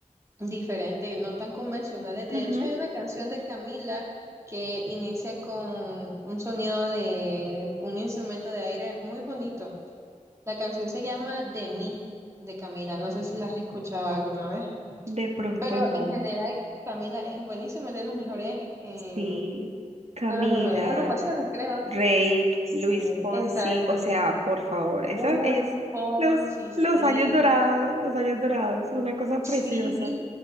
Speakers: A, on the right; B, on the right.
A: diferentes, no tan convencionales. De
B: Ujú.
A: hecho, hay una canción de Camila que inicia con un sonido de un instrumento de aire muy bonito. La canción se llama De mí, de Camila. No sé si la has escuchado alguna vez.
B: De pronto
A: Pero
B: no.
A: en general, Camila es buenísimo, es de los mejores, eh,
B: Sí, Camila,
A: de las mejores agrupaciones, creo.
B: Reik,
A: Sí,
B: Luis Fonsi,
A: exacto.
B: o sea, por favor, esa
A: Uh,
B: es
A: Luis Fonsi,
B: los,
A: sí,
B: los años dorados, los años dorados, una cosa
A: sí.
B: preciosa.